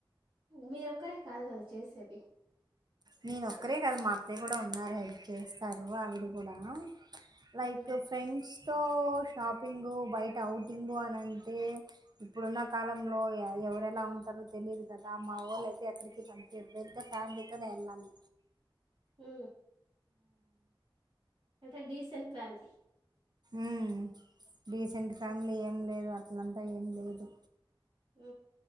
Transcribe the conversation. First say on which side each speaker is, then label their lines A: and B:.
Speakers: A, on the right; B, on the right.
A: మీరొక్కరే కాదు కదా చేసేది
B: నేనొక్కరే కాదు మా అత్తయ్య కూడా ఉన్నారు హెల్ప్ చేస్తారు ఆవిడ కూడా లైక్
A: ఉమ్
B: ఫ్రెండ్స్తో తో షాపింగు బయట ఔటింగు అని అంటే ఇప్పుడున్న కాలంలో ఎ ఎవరెలా ఉన్ తెలియదు కదా మా వొళ్ళు అయితే ఎక్కడికి పంపియరు వెళ్తే ఫ్యామిలీతోనే ఎళ్ళాలి
A: హ్ అంటే డీసెంట్ ఫ్యానీ
B: ఉ డీసెంట్ ఫ్యామిలీ
A: ఉమ్
B: ఏం లేదు అ అట్లాలంతా ఏం లేదు
A: ఉ